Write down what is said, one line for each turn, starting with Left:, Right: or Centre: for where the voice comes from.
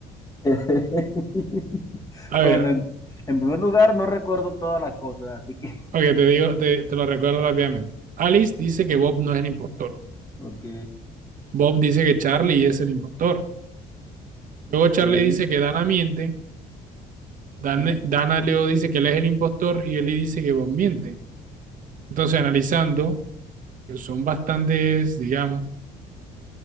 Left: <laughs>
Right: A
Left: Bueno,
Right: ver,
Left: en, en primer lugar, no recuerdo todas las cosas, así que. <laughs>
Right: ok, te digo, te, te lo recuerdo rápidamente. Alice dice que Bob no es el impostor.
Left: Ok.
Right: Bob dice que Charlie es el impostor. Luego Charlie
Left: Ok.
Right: dice que Dana miente. Dan-
Left: Mm.
Right: Dana luego dice que él es el impostor y Ellie dice que Bob miente. Entonces, analizando, pues son bastantes, digamos